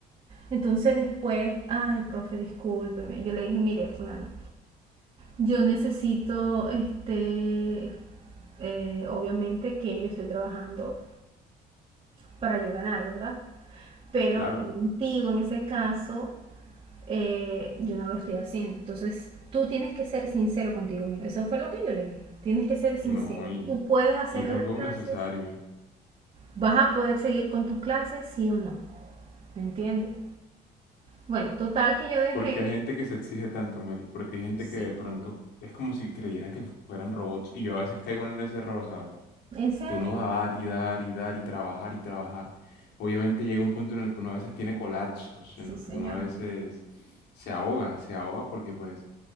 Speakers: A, on the right (about 35°); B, on the left (about 80°).
A: Entonces después, ay, profe, discúlpeme. Yo le dije, mire, fulana, yo necesito, este, eh, obviamente que yo estoy trabajando para yo ganar, ¿verdad? Pero
B: Claro,
A: contigo en ese caso, eh, yo no lo estoy haciendo. Entonces, tú tienes que ser sincero contigo mismo. Eso fue lo que yo le dije. Tienes que ser sincero.
B: no, y,
A: Tú puedes hacer
B: y es
A: las
B: algo
A: clases.
B: necesario.
A: ¿Vas a poder seguir con tus clases, sí o no? ¿Me entiendes? Bueno, total que yo dejé.
B: Porque hay gente que se exige tanto, Mary, porque hay gente
A: Sí.
B: que de pronto es como si creyeran que fueran robots y yo a veces caigo en ese error, ¿sabes?
A: ¿En serio?
B: De uno dar y dar y dar y trabajar y trabajar. Obviamente llega un punto en el que uno a veces tiene colapsos, en
A: Sí,
B: los
A: señor.
B: que uno a veces se ahoga, se ahoga porque pues